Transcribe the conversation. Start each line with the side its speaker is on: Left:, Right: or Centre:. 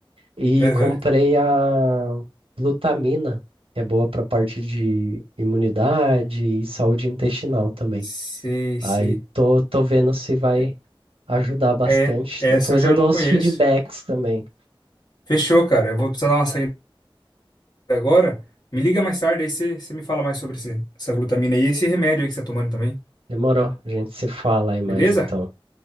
Right: e
Left: Aham.
Right: comprei a glutamina, que é boa para parte de imunidade e saúde intestinal também.
Left: Sei,
Right: Aí
Left: sei.
Right: tô, tô vendo se vai
Left: É,
Right: ajudar bastante.
Left: é, essa
Right: Depois
Left: eu já
Right: eu
Left: não
Right: dou os
Left: conheço.
Right: feedbacks também.
Left: Fechou, cara. Eu vou precisar dar uma saída agora. Me liga mais tarde, aí você você me fala mais sobre esse- essa glutamina aí e esse remédio aí que você tá tomando também.
Right: Demorou. A gente se fala aí mais
Left: Beleza?
Right: então.